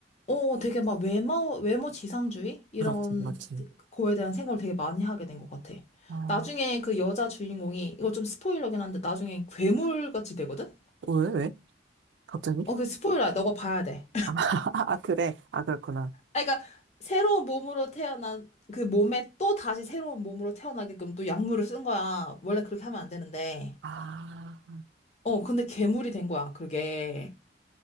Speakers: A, on the left; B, on the right.
A: 어, 되게 막 외모, 외모 지상주의? 이런
B: 그렇지, 그렇지.
A: 거에 대한 생각을 되게 많이 하게 된 것 같아.
B: 아,
A: 나중에 그 여자 주인공이, 이거 좀 스포일러긴 한데, 나중에 괴물같이 되거든?
B: 왜, 왜? 갑자기?
A: 어, 그 스포일러야. 너가 봐야 돼.
B: 아, <laughs> 아, 그래. 아, 그렇구나.
A: 아, 그러니까, 새로운 몸으로 태어난, 그 몸에 또 다시 새로운 몸으로 태어나게끔 또 약물을 쓴 거야. 원래 그렇게 하면 안 되는데.
B: 아,
A: 어, 근데 괴물이 된 거야, 그게.